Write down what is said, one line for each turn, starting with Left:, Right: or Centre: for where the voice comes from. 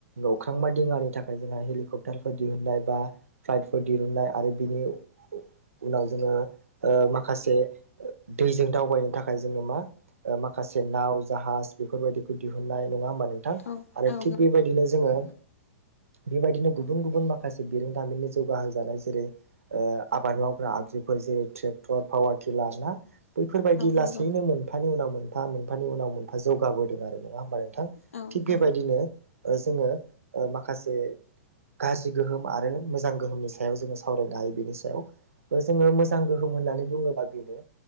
Right: अख्रांबा दिङानि थाखाय जोंहा हेलिकप्टारफोर दिहुुननाय बा फ्लाइटफोर दिहुननाय आरो बिनि उनाव जोङो माखासे दैजों दावबायनो थाखाय जोङो मा माखासे नाव जाहाज बेफोरबायदिखौ दिहुननाय नङा होमबा नोंथां
Left: औ
Right: आरो
Left: औ
Right: थिग बेबायदिनो जोङो बेबायदिनो गुबुन गुबुन माखासे बिरोंदामिननि जौगाहोजानाय जेरै आबाद मावग्रा आगजुफोर जेरै ट्रेक्टर पावार टिलार ना बैफोरबायदि लासैनो
Left: नंगौ औ
Right: मोनफानि उनाव मोनफा मोनफानि उनाव मोनफा जौगाबोदों आरो नङा होमबा नोंथां
Left: औ
Right: थिग बेबायदिनो
Left: औ
Right: जोङो माखासे गाज्रि गोहोम आरो मोजां गोहोमनि सायाव जोङो सावरायनो हायो बेनि सायाव जोङो मोजां गोहोम होननानै बुङोबा बेनो